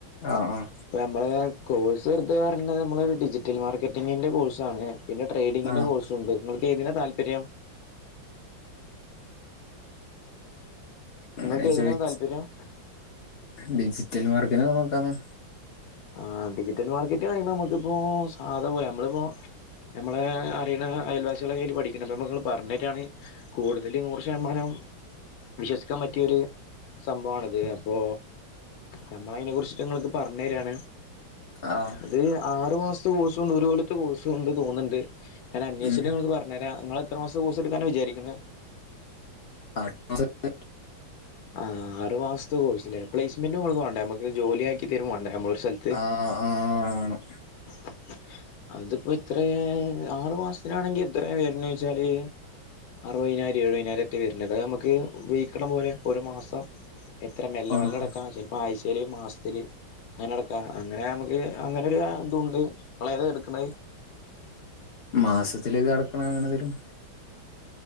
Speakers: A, on the left; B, on the left.
A: ആഹ് ആഹ്
B: ഇപ്പ നമ്മള കോഴ്സ് വെറുത പറഞ്ണ്ട് നമ്മള് ഡിജിറ്റൽ മാർക്കറ്റിങ്ങിന്റെ കോഴ്സ് ആണ് പിന്നെ ട്രേഡിങ്ങിന്റെ
A: ആഹ്
B: കോഴ്സും ഉണ്ട് ഇങ്ങൾക്കേതിനാ താല്പര്യം
A: അങ്ങനെ
B: നിങ്ങൾക്ക് ഏതിനാ
A: ചോയി
B: താല്പര്യം
A: ഡിജിറ്റൽ മാർക്കിനൊക്കെ നോക്കാന്ന്
B: ആഹ് ഡിജിറ്റൽ മാർക്കറ്റ് പറയുമ്പോ നമുക്കിപ്പോ സാധ പോലെ നമ്മളിപ്പോ ഞമ്മളെ അറിയണ അയൽവാസികളൊക്കയ്യില് പഠിക്കണണ്ട് അപ്പോ ഞമ്മക്ക് ഇങ്ങട്ട് പറഞ്ഞേരാണങ്കി കൂടുതൽ നൂറ് ശതമാനം വിശ്വസിക്കാൻ പറ്റിയൊരു സംഭവാണിത് അപ്പോ ഞമ്മൾ അയിനെ കുറിച്ചൊക്കെ ഇങ്ങൾക്ക് പറഞ്ഞുതരാണ്
A: ആഹ്
B: അത് ആറു മാസത്തെ കോഴ്സും ണ്ട് ഒരു കൊല്ലത്തെ കോഴ്സുംണ്ട് തോന്നുന്നുണ്ട് ഞാൻ അന്വേഷിച്ചിട്ട്
A: ഉം
B: ഇങ്ങൾക്ക് പറഞ്ഞു ഞ്ഞേരാ ഇങ്ങൾ എത്ര മാസത്തെ കോഴ്സ് എടുക്കാനാണ് വിചാരിക്ക്‌ണെ?
A: ആർ മാസത്തെ
B: ആഹ് ആറ് മാസത്തെ കോഴ്സ് ല്ലേ പ്ലേസ്മെന്റ് കൊടുക്കും വാണ്ടേ നമുക്ക് ജോലിയാക്കി തരും വാണ്ടേ നമ്മൊളൊരു സ്ഥല
A: ആഹ് ആണ്
B: <unintelligible> അതിപ്പോ ഇത്ര ആറു മാസത്തിനാണെങ്കി ഇത്രേ വരുണോയ്ച്ചാല് അറുപതിനായിരം എഴുപതിനായിരം റ്റെ വരുന്നത് അത് നമുക്ക് വെയ്ക്കിണ പോലെ ഒരു മാസം എത്ര മെല്ലെ
A: ആഹ്
B: മെല്ലെ അടക്കാ ചിലപ്പോ ആഴ്ചേൽ ഒരു മാസ ത്തിൽ അങ്ങനെ അടക്കാ അങ്ങനെ നമുക്ക് അങ്ങനൊരു ആഹ് ഇതൂണ്ട് ഇങ്ങളേതാ ഇടുക്കണത്?
A: മാസത്തിലേക്ക്‌ അടക്കണ അങ്ങനെന്തേലും